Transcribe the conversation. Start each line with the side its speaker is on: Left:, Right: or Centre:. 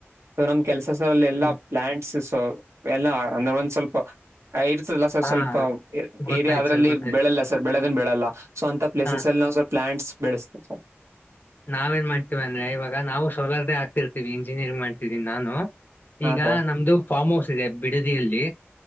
Right: ಸೊ ನಮ್ ಕೆಲ್ಸ ಅಲ್ಲಿ ಎಲ್ಲಾ
Left: ಹ್ಮ್.
Right: ಪ್ಲಾಂಟ್ಸ್ ಸ ಎಲ್ಲಾ ಅಂದ್ರ ಒಂದ್ ಸ್ವಲ್ಪ ಇರ್ತದಲ್ಲಾ ಸರ್
Left: ಹಾ
Right: ಸ್ವಲ್ಪ
Left: ಗೊತ್ತಾಯ್ತು
Right: ಏರಿಯಾ ಅದ್ರಲ್ಲಿ
Left: ಸರ್ ಗೊತ್ತಾಯ್ತು
Right: ಬೆಳೆಲ್ಲ ಸರ್ ಬೆಳೆದೆನ್ ಬೆಳಲ್ಲಾ- ಸೊ ಅಂತ ಪ್ಲೇಸಸ್ಲಿನಾವ
Left: ಹಾ
Right: ಸರ್ ಪ್ಲಾಂಟ್ಸ್ ಬೆಳಸ್ತವಿ ಸರ್.
Left: ನಾವೇನ್ ಮಾಡ್ತೀವಿ ಅಂದ್ರೆ ಇವಾಗ ನಾವು ಸೋಲಾರದೆೆ ಆಗ್ತಿರ್ತೀವಿ ಇಂಜಿನಿಯರಿಂಗ್ ಮಾಡ್ತಿದಿನಿ. ನಾನು
Right: ಹಾ
Left: ಈಗ
Right: ಸರ್
Left: ನಮ್ದು ಫಾರ್ಮ್ ಹೌಸ್ ಇದೆ ಬಿಡದಿಯಲ್ಲಿ